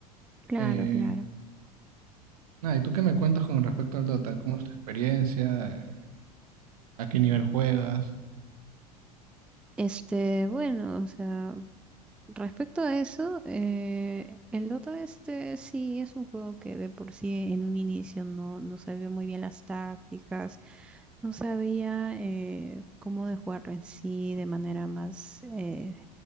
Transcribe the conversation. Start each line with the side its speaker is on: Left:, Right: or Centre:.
Centre: Claro,
Right: Eh,
Centre: claro.
Right: Nada, ¿y tú qué me cuentas con respecto al Dota? ¿Cómo es tu experiencia? Eh, ¿A qué nivel juegas?
Centre: Este, bueno, o sea. Respecto a eso, eh, el Dota este sí es un juego que de por sí en un inicio no, no sabía muy bien las tácticas, no sabía eh, cómo de jugarlo en sí de manera más eh,